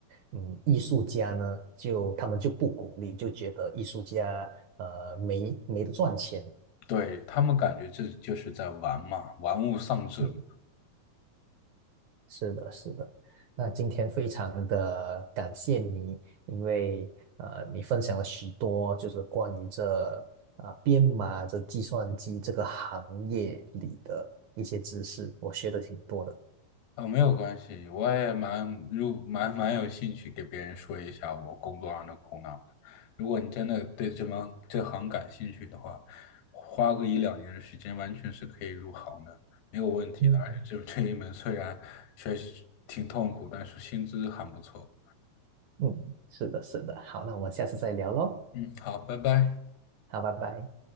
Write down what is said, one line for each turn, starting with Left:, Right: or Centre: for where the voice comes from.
Right: 嗯艺术家呢，就他们就不鼓励，就觉得艺术家呃没没得赚钱。
Left: 对他们感觉这就是在玩嘛，玩物丧志嘛。
Right: 嗯是的，是的。那今天非常的感谢你，因为呃，你分享了许多就是关于这啊、呃编码、这计算机这个行业里的一些知识，我学的挺多的。
Left: 哦，没有关系，我也蛮入蛮蛮有兴趣给别人说一下我工作上的苦恼的如果你真的对这门这行感兴趣的话，花个一两年的时间完全是可以入行的，没有问题的。
Right: 嗯。
Left: 而且这这一门虽然学习挺痛苦，但是薪资还不错。
Right: 嗯，是的，是的。好，那我们下次再聊喽。
Left: 嗯，好，拜拜。
Right: 好，拜拜。